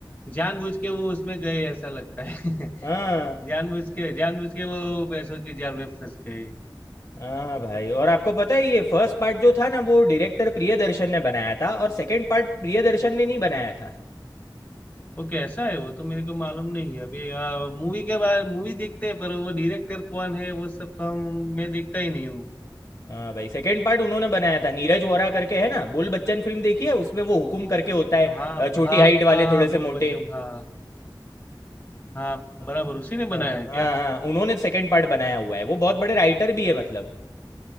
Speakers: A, on the left (about 20°); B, on the left (about 35°).
A: जानबूझ के वो उसमें गए ऐसा लगता है
B: हाँ
A: <laughs> जानबूझ के जानबूझ के वो पैसों की जाल में फंस गए
B: हाँ भाई और आपको पता है ये फर्स्ट पार्ट जो था ना वो डायरेक्टर प्रियदर्शन ने बनाया था और सेकंड पार्ट प्रियदर्शन ने नहीं बनाया था
A: वो कैसा है वो तो मेरे को मालूम नहीं है अभी मूवी के बाद मूवी देखते हैं पर वो डायरेक्टर कौन है वो सब तो हम मैं देखता ही नहीं हूँ
B: हाँ भाई सेकंड पार्ट उन्होंने बनाया था नीरज वोरा करके है ना बोल बच्चन फिल्म देखी है उसमें वो हुकुम करके होता है
A: हाँ
B: अ, छोटी
A: ब- हाँ
B: हाइट वाले
A: हाँ हाँ,
B: थोड़े से
A: बोल
B: मोटे
A: बच्चन हाँ हाँ बराबर उसी ने बनाया
B: हाँ
A: है क्या
B: हाँ हाँ, उन्होंने सेकंड पार्ट बनाया हुआ है वो बहुत बड़े राइटर भी है मतलब